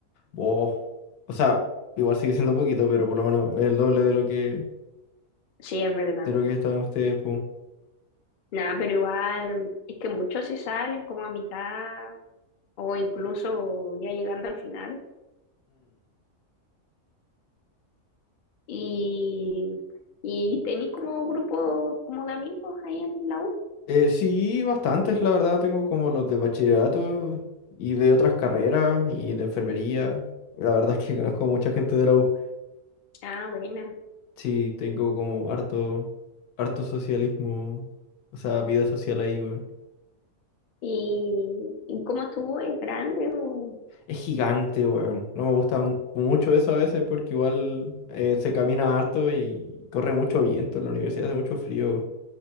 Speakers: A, on the left; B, on the left.
A: Oh. O sea, igual sigue siendo poquito, pero por lo menos el doble de lo que,
B: Sí, es verdad.
A: de lo que están ustedes, pues.
B: Nada, pero igual, es que muchos se salen como a mitad o incluso ya llegando al final. Y, y tenéis como un grupo como de amigos ahí en la U.
A: Eh, sí, bastantes, la verdad, tengo como los de bachillerato y de otras carreras y de enfermería. La verdad es que <laughs> conozco mucha gente de la U.
B: Ah, buena.
A: Sí, tengo como harto, harto socialismo, o sea, vida social ahí, weón.
B: ¿Y, y cómo estuvo? ¿Es grande? o-
A: Es gigante, weón. No me gusta mu- mucho eso a veces porque igual eh, se camina harto y corre mucho viento en la universidad, hace mucho frío.